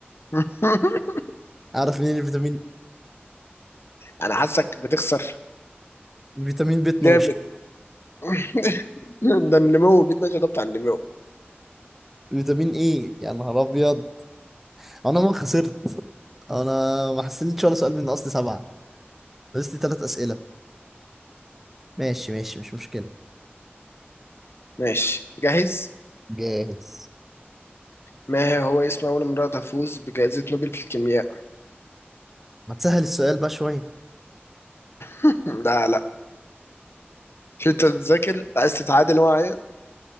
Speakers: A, on the left (about 70°); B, in the centre.
A: <laughs>
B: أعرف منين الفيتامين
A: أنا حاسك بتخسر
B: فيتامين بي 12
A: جامد <laughs> ده النمو بيتنا ده بتاع النمو
B: فيتامين ايه يا نهار ابيض انا ما خسرت انا ما حسنتش ولا سؤال من اصل سبعه بس لي ثلاث اسئله ماشي ماشي مش مشكله
A: ماشي جاهز
B: جاهز
A: ما هو اسم أول امرأة تفوز بجائزة نوبل في الكيمياء
B: ما تسهل السؤال بقى شويه
A: <laughs> لا لا مش أنت بتذاكر عايز تتعادل معايا